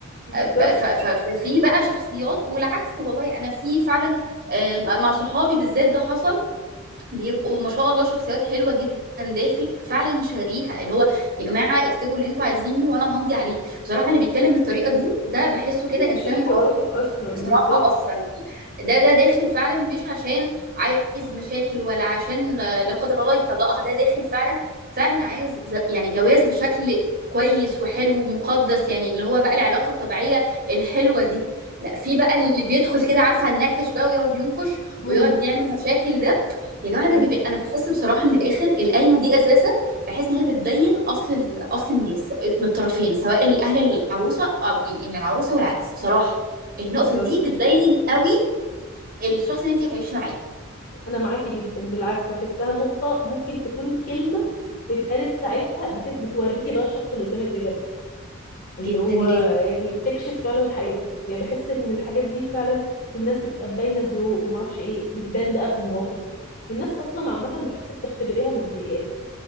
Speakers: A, on the left; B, on the right.
A: بالظبط
B: بقى- ف- ف- ففي بقى شخصيات والعكس والله انا في فعلا آه، مع صحابي بالذات ده حصل بيبقوا ما شاء الله شخصيات حلوه جدا داخل فعلا شاريها اللي هو يا جماعه اكتبوا اللي انتوا عايزينه وانا همضي عليه بصراحه اللي بيتكلم بالطريقه دي ده بحسه
A: انت
B: كده انسان
A: بتشيليه فوق
B: راقي
A: راسك اصلا
B: بصراحه
A: بالظبط
B: اصلا يعني ده ده داخل فعلا مش عشان عايز مشاكل ولا عشان آه، لا قدر الله يطلقها ده داخل فعلا فعلا عايز ز- يعني جواز بشكل كويس وحلو ومقدس يعني اللي هو بقى العلاقه الطبيعيه الحلوه دي لا في بقى اللي بيدخل كده عارفه النكش بقى ويقعد ينكش
A: امم
B: ويقعد يعمل مشاكل ده يا جماعه
A: امم
B: ده بيبي... انا بحس بصراحه من الاخر القايمه دي اساسا بحس ان هي بتبين اصل ال... اصل الناس من الطرفين سواء الاهل العروسه او ال- يعني العروسه والعريس بصراحه النقطه
A: بالظبط
B: دي بتبين قوي الشخص اللي انت هتعيشي معاه
A: انا معاكي جدا بالعكس بحسها نقطة ممكن تكون كلمة اتقالت ساعتها بت... بتوريكي بقى الشخص اللي قدامك بجد اللي
B: جدا
A: هو
B: جدا
A: يعني بتكشف فعلا حقيقتك يعني بحس ان الحاجات دي فعلا الناس بتبقى باينة ذوق وما اعرفش ايه بتبان بقى في المواقف دي الناس اصلا عامة بحس بتختبريها ماديا